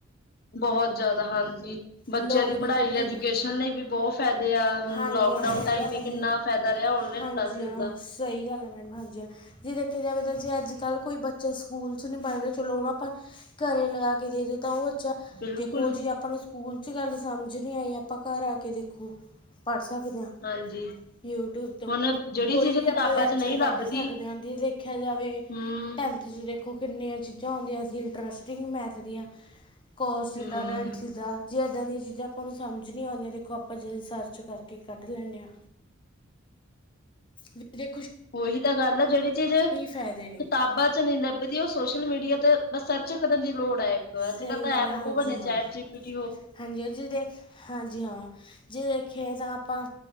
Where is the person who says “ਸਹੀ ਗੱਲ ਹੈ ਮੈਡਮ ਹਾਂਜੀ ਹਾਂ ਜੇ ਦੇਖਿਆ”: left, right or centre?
Left